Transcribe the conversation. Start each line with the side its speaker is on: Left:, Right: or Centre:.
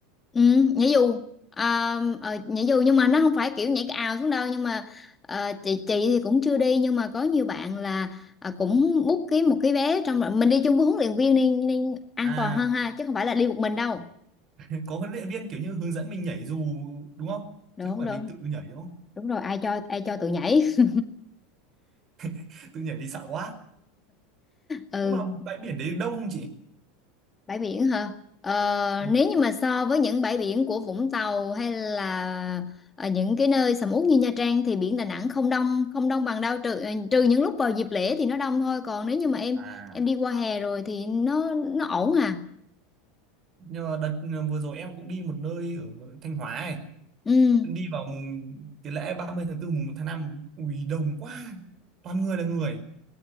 Left: Ừ, nhảy dù à, ờ, nhảy dù nhưng mà nó không phải kiểu nhảy ào xuống đâu nhưng mà ờ, chị chị thì cũng chưa đi nhưng mà có nhiều bạn là ờ, cũng book cái một cái vé trong rồi mình đi chung với huấn luyện viên nên, nên an
Right: à
Left: toàn hơn ha chứ không phải là đi một mình đâu
Right: <laughs> có huấn luyện viên kiểu như hướng dẫn mình nhảy dù đúng không
Left: đúng
Right: chứ
Left: không
Right: không phải
Left: được
Right: mình tự nhảy đúng không
Left: đúng rồi ai cho ai cho tụi nhảy <laughs>
Right: <laughs> tự nhảy thì sợ quá
Left: ừ
Right: nhưng mà bãi biển đấy đông không chị
Left: bãi biển hả ờ,
Right: Ừ.
Left: nếu như mà so với những bãi biển của Vũng Tàu hay là ở những cái nơi sầm uất như Nha Trang thì biển Đà Nẵng không đông không đông bằng đâu trừ ờ, trừ những lúc vào dịp lễ thì nó đông thôi còn nếu như mà em
Right: à
Left: em đi qua hè rồi thì nó nó ổn à
Right: nhưng mà đợt ờ, vừa rồi em cũng đi một nơi ở Thanh Hóa ấy.
Left: ừ
Right: Em đi vào mùng cái lễ 30 tháng 4 mùng một tháng năm ui đông quá toàn người là người